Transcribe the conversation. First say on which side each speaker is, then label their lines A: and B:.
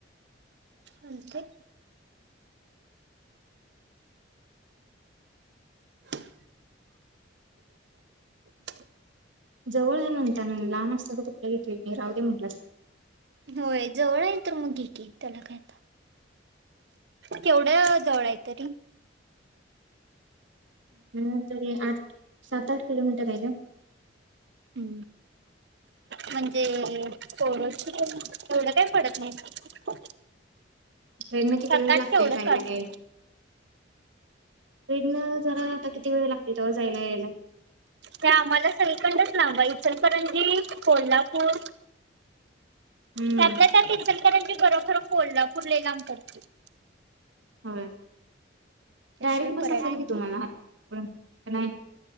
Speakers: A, on the right (about 60°); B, on the right (about 85°).
A: आणि काय <inaudible>
B: जवळ हे म्हणता ना लांब असत तर कुठलं घेतलय मी रा ते म्हंटलस
A: होय जवळ आहे त मग घे की त्याला काय आता केवढ जवळ हाय तरी
B: <inaudible> हं तरी आठ सात-आठ किलोमीटर आहे का?
A: हं म्हणजे पोरासनी एवढ काय पडत नाही.
B: ट्रेन न किती
A: सात
B: वेळ
A: आठ
B: लागतोय
A: तेवढं
B: जायला
A: चालतंय.
B: यायला. ट्रेन न जरा आता किती वेळ लागतोय तव्हा जायला, यायला.
A: ते आम्हाला सगळीकडनच लांब हाय इचलकरंजी, कोल्हापूर
B: हम्म
A: त्यातल्या त्यात इचल करंजी खरोखर कोल्हापूर लई लांब पडतंय.
B: होय
A: त्याशिवाय
B: डायरेक्ट बस
A: पर्यटन
B: असेल की तुम्हाला का नाई.